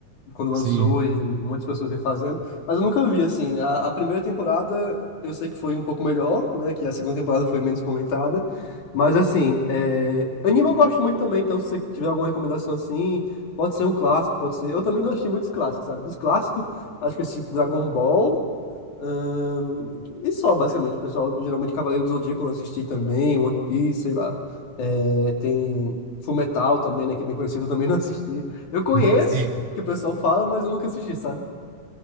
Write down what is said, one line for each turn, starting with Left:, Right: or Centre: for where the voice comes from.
Left: quando lançou
Right: Sim,
Left: e muitas pessoas refazendo, mas eu nunca vi assim. A, a primeira temporada eu sei que foi um pouco melhor, né? Que a segunda temporada foi menos comentada, mas assim, é... anime eu gosto muito também, então se você tiver alguma recomendação assim, pode ser um clássico, pode ser. Eu também não assisti muitos clássicos, sabe? Dos clássicos, acho que esse tipo Dragon Ball. Ahn, e só, basicamente, o pessoal, geralmente Cavaleiro do Zodíaco eu assisti também, One Piece, sei lá. É, tem Fullmetal também, né, que é bem conhecido, eu também não assisti. Eu conheço,
Right: <laughs> sim.
Left: que o pessoal fala, mas eu nunca assisti, sabe?